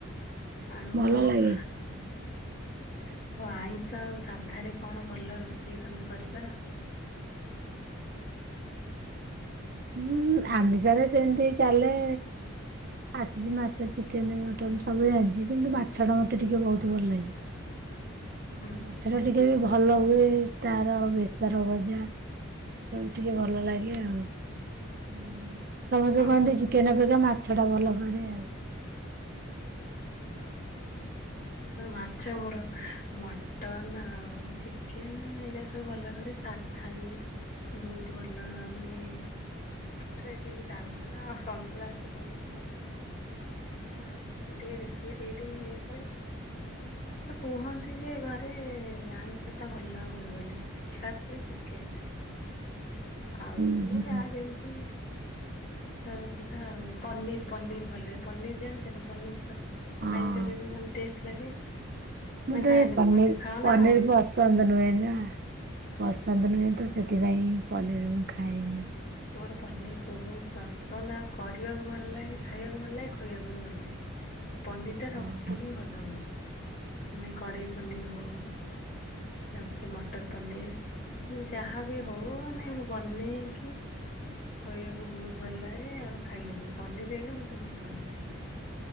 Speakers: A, on the left; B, on the right.
A: ଆଉ
B: ଭଲ
A: ଆଉ
B: ଲାଗେ।
A: ଆଉ ଆଇଁଷ ଆଉ ସାଧାରେ କଣ ଭଲ ରୋଷେଇ ତମେ କରିପାର?
B: ହୁଁ
A: ଆଇଁଷ
B: ଆମିଷରେ ସେମିତି ଚାଲେ ଆସିଚି ମାଛ ଚିକେନ ମଟନ ସବୁ ଜାଣିଚି କିନ୍ତୁ ମାଛ ଟା ମତେ ଟିକେ ବହୁତ ଭଲ ଲାଗେ। ଆଉ
A: ହୁଁ
B: ମାଛର ଟିକେ ବି ଭ ଭଲ ହୁଏ ତାର ବେସର ଭଜା ଏସବୁ ଟିକେ ଭଲ ଲାଗେ ଆଉ। ହୁଁ ସମସ୍ତେ
A: ଓହୋ
B: କୁହନ୍ତି ଚିକେନ ଅପେକ୍ଷା ମାଛ ଟା ଭଲ କରେ ଆଉ।
A: ଓହୋ। ତ ମାଛ ମୋର ମ ମଟନ ଆଉ ଚିକେନ ଏଇଟା ସବୁ ଭଲ କରେ ସାଧା ବି ବହୁତ ଭଲ ମାନେ କରେ କିନ୍ତୁ ଡାଲମା ଆଉ ସନ୍ତୁଳା ଏତେ ଭଲସେ କରିପାରେନି। ନହେଲେ ଆଉ ସବୁ ଟିକିେ ରେସିପିି ଟିକେ ଟିକେ ଇଏ କରେ। କିନ୍ତୁ ସମସ୍ତେ କୁହନ୍ତି ଯେ ଘରେ ଆଇଁଷ ଟା ଭଲ ହୁଏ ବୋଲି। ଖାସ୍ କରି ଚିକେନ ଟା।
B: <inaudible>
A: ଆଉ
B: ହୁଁ
A: ସବୁ
B: ହୁଁ
A: ଯା ଯେମିତି ହଁ ସେଟା ଆଉ ପନିର ପନିର ଭଲ ହୁଏ ପନିର ଜାଣିଚ ନା ପନିର ପଛ
B: ହଁ
A: ଖାଇଚ କେବେ ମାନେ ଟେଷ୍ଟ ଲାଗେ।
B: ମତେ
A: ନା ଖାଏନି
B: ଏ ପନୀର
A: ପନିର ଖାଅ
B: ପନିର
A: ନା ଖାଅନି?
B: ପସ୍ ଚନ୍ଦନ ନୁହେଁ ନା ପସନ୍ଦ ନୁହେଁ
A: ଓହୋ
B: ତ ସେଥିପାଇଁ ପନିର୍ ମୁଁ ଖାଏନି।
A: ମୋର ପନିର ବହୁତ ପସନ୍ଦ ଆଉ କରିବାକୁ ଭଲ ଲାଗେ ଖାଇବାକୁ ଭଲ ଲାଗେ ଖୁଆବାକୁ ବି ଭଲ ଲାଗେ। ଆଉ ପନିର ଟା ସବୁଠୁ
B: ହଁ
A: ହିଁ ଭଲ ହୁଏ ମାନେ କଡ଼େଇ ପନିର ହଉ ତାପରେ ମଟର ପନିର୍ ଯାହା ବି ହଉ ମାନେ ବନେଇକି ଖୋଇବାକୁ ବହୁତ ଭଲ ଲାଗେ ଆଉ ଖାଇବାକୁ ପନିର ହେଲେ ମତେ ବହୁତ ଭଲ ଲାଗେ।